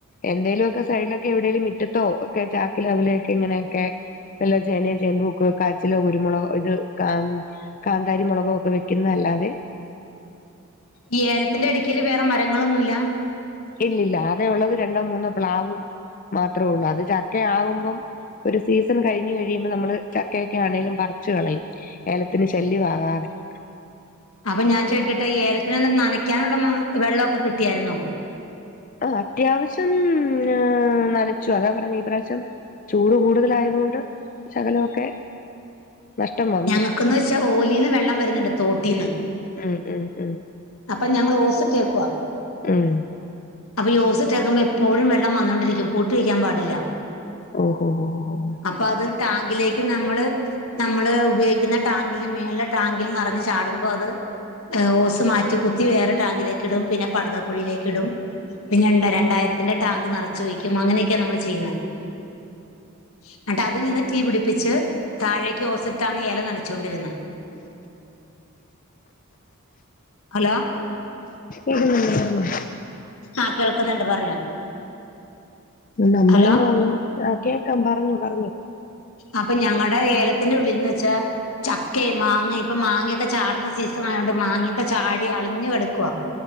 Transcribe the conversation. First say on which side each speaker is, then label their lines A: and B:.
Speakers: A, on the left (about 40°); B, on the left (about 80°).
A: എന്തേലുക്കെ സൈഡിലൊക്കെ എവിടെലും മുറ്റത്തോ ഒക്കെ ചാക്കി <unintelligible> ഇങ്ങനെയൊക്കെ വല്ല ചേനയും ചേമ്പൂക്ക് കാച്ചിലോ കുരുമുളക് ഇത് കാ കാന്താരി മുളകോ ഒക്കെ വെക്കുന്ന അല്ലാതെ
B: ഈ ഏലത്തിന്റെ ഇടക്കൽ വേറെ മരങ്ങളൊന്നും ഇല്ല
A: ഇല്ലില്ല ആകെ ഉള്ളത് രണ്ടോ മൂന്നോ പ്ലാവും മാത്രമേ ഉള്ളൂ അത് ചക്ക ആകുമ്പം ഒരു സീസൺ കഴിഞ്ഞ് കഴിയുമ്പോൾ നമ്മള് ചക്കയൊക്കെ ആണേലും പറച്ച് കളയും ഏലത്തിന് ചല്ലി <unintelligible>
B: അപ്പൊ ഞാൻ ചോദിക്കട്ടെ ഈ ഏലത്തിനന്നരം നനക്കാനുള്ള വെള്ളൊക്കെ കിട്ടിയായിരുന്നോ
A: ആഹ് അത്യാവശ്യം ആഹ് നനച്ചു അതാ പറഞ്ഞെ ഈ പ്രാവശ്യം ചൂട് കൂടുതലായതുകൊണ്ട് ശകലമൊക്കെ നഷ്ടം വന്നു
B: ഞങ്ങൾക്കെന്ന് വെച്ചാ ഓലിന്ന് വെള്ളം വരുന്നുണ്ട് തോട്ടീന്ന്
A: ഉം ഉം ഉം
B: അപ്പൊ ഞങ്ങള് ഓസ് ഇട്ടേക്കുവാ
A: ഉം
B: അപ്പൊ ഈ ഓസിട്ടേക്കുമ്പം എപ്പോഴും വെള്ളം വന്നോണ്ടിരിക്കും <unintelligible> വെക്കാൻ പാടില്ല
A: ഓഹോ ഓ ഓ
B: അപ്പം അത് ടാങ്കിലേക്ക് നമ്മള് നമ്മള് ഉപയോഗിക്കുന്ന ടാങ്കിലും മേളിലെ ടാങ്കിലും നറഞ്ഞ് ചാടുമ്പോൾ അത് ഓസ് മാറ്റി കുത്തി വേറെ ടാങ്കിലേക്ക് ഇടും പിന്നെ പടതക്കുഴിയിലേക്ക് ഇടും പിന്നെ രണ്ട രണ്ടായിരത്തിന്റെ ടാങ്ക് നറച്ചു വയ്ക്കും അങ്ങനെയൊക്കെയ നമ്മൾ ചെയ്യുന്നെ എന്നിട്ട് അതിൽ നിന്ന് <unintelligible> പിടിപ്പിച്ച് താഴേക്ക് ഓസ് ഇല നനച്ചുകൊണ്ടിരുന്നു. ഹലോ
A: ഇതു മെല്ലെ പറഞ്ഞു.
B: ആഹ് കേൾക്കുന്നുണ്ട് പറഞ്ഞോ?
A: നമ്മള്
B: ഹലോ
A: വാങ്ങി, കേക്കാം പറഞ്ഞോ പറഞ്ഞോ.
B: അപ്പൊ ഞങ്ങളുടെ ഏലത്തിന്റെ ഉള്ളിൽ നിന്ന് വെച്ചാൽ. ചക്കയും മാങ്ങയും ഇപ്പൊ മാങ്ങയൊക്കെ ചാടുന്ന സീസൺ ആയതോണ്ട് മാങ്ങയൊക്കെ ചാടി അളിഞ്ഞു കെടുക്കുവാ.